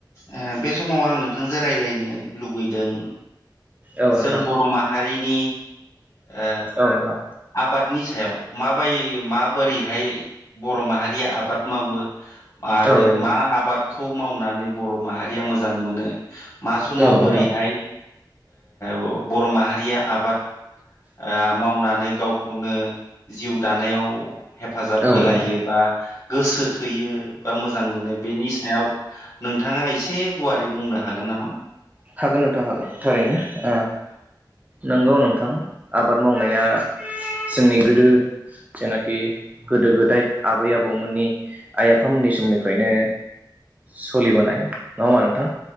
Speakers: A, on the left; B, on the right.
A: ओ बे समाव आं नोंथांजों रायलायनो लुगैदों।
B: औ
A: जों
B: नोंथां
A: बर' माहारिनि ओ
B: औ नोंथां
A: आबादनि सा। सायाव माबाय माबोरैहाय बर' माहारिया आबाद मावो। आरो
B: औ नोंथां
A: मा आबादखौ मावनानै बर' माहारिया मोजां मोनो। मा समाव
B: औ नोंथां औ नोंथां
A: बोरैहाय ओ बर' माहारिया आबाद। ओ मावनानै गावखौनो जिउ दानायाव। हेफाजाब
B: औ
A: होलायो
B: नोंथां
A: बा गोसो थोयो बा मोजां मोनो बेनि सायाव। नोंथाङा एसे गुवारै बुंनो हागोन नामा।
B: हागोन नोंथां हागोन थारैनो ओ नंगौ नोंथां। थां आबाद मावनाया जोंनि गोदो। जेनाखि गोदो गोदाय आबै आबौमोननि आइ आफामोननि समनिफ्रायनो। सोलिबोनाय नङा होनबा नोंथां